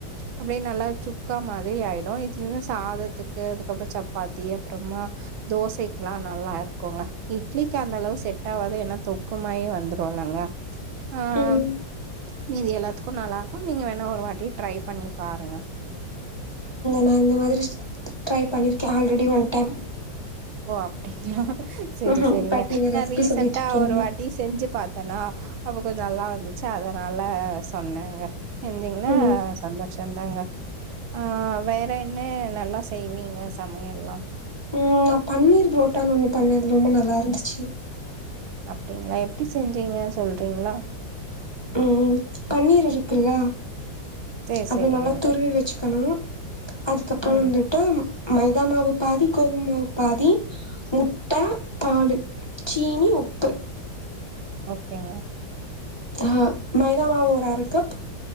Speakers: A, on the right (about 85°); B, on the left (about 15°).
A: அப்படியே நல்லா சுக்கா மா மாதிரி ஆயிடும் இலந்து சாதத்துக்கு அதுக்கப்புறம் சப்பாத்தி அப்புறமா தோசைக்குல்லாம் நல்லா இருக்குங்க இட்லிக்கு அந்த அளவு செட் ஆவாது ஏன்னா தொக்கு மாரி வந்துரும்லங்க ஆஹ்
B: ம்.
A: மீதி எல்லாத்து க்கும் நல்லா இருக்கும் நீங்க வேணா ஒரு வாட்டி ட்ரை பண்ணி பாருங்க
B: நா இந்த மாதிரி ட்ரை பண்ணிருக்கேன் ஆல்ரெடி ஒன் டைம்
A: ஓ அப்படிங்கிளா சேரி
B: ம்ஹ்ம்.
A: சேரிங்க
B: பட் நீங்க
A: நான்
B: ரெசிபி
A: ரீசன்ண்டா
B: சொல்லிட்ருக்கீங்க.
A: ஒரு வாட்டி செஞ்சு பாத்தேனா அப்ப கொஞ்ச நல்லா வந்துச்சு அதுனால சொன்னேங்க செஞ்சிங்கன்னா
B: ம்
A: சந்தோச தாங்க ஆஹ் வேற என்ன நல்லா செய்வீங்க சமையல்லான்
B: உம் நா பன்னீர் புரோட்டான்னு ஒண்ணு பண்ணேன்அது ரொம்ப நல்லாயிருந்துச்சு
A: அப்புடிங்கிளா எப்புடி செஞ்சீங்க சொல்றீங்களா
B: உம் பன்னீர் இருக்குல்ல
A: சேரி
B: அது
A: சேரிங்க
B: நல்லா துருவி வெச்சுக்கணும் அதுக்கப்புறோ
A: ம்
B: வந்துட்டு மைதா மாவு பாதி கோதுமைமாவு பாதி மு ட்ட பாலு சீனி உப்பு
A: ஓகேங்க
B: அஹா மைதா மாவு ஒரு அர கப்